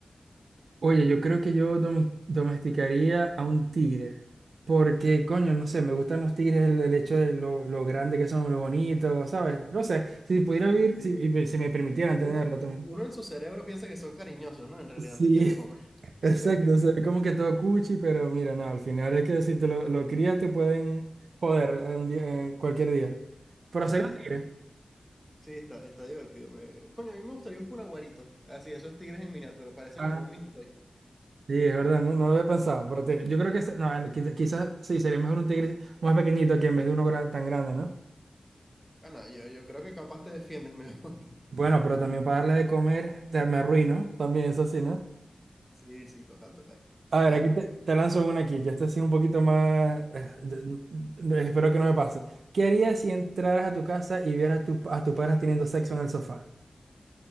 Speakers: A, on the right; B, in the centre.
A: Oye, yo creo que yo domi- domesticaría a un tigre. Porque, coño, no sé, me gustan los tigres el, el hecho de lo, lo grande que son, lo bonitos, ¿sabes? No sé, si pudiera vivir,
B: Sí.
A: si, y si me permitieran
B: Uno,
A: tenerlo
B: u-
A: también.
B: uno en su cerebro piensa que son cariñosos, ¿no? En realidad
A: Sí,
B: te quieren
A: <laughs>
B: comer. <laughs>
A: Exacto, se ve como que todo cuchi, pero mira, no, al final es que si te lo, lo crías te pueden joder eh, un día- eh, cualquier día. Pero
B: Sí,
A: sería un tigre.
B: sí, está, está divertido. Me... Coño, a mí me gustaría un cunaguarito. Así, esos tigres en miniatura. Parece
A: Ah,
B: como un mini toy.
A: sí, es verdad, no, no lo había pensado. Pero te- yo creo que se- no, eh, quizá- quizás sí, sería mejor un tigre más pequeñito que en vez de uno gra- tan grande, ¿no?
B: Ah, no, yo, yo creo que capaz te defiendes mejor. <laughs>
A: Bueno, pero también para darle de comer te, me arruino, también eso sí, ¿no?
B: Sí, sí, total, total.
A: A
B: A
A: ver, aquí
B: ver,
A: te, te lanzo una aquí, que esta sí es un poquito más... eh, de- de- espero que no me pase. ¿Qué harías si entraras a tu casa y vieras a, tu- a tus padres teniendo sexo en el sofá?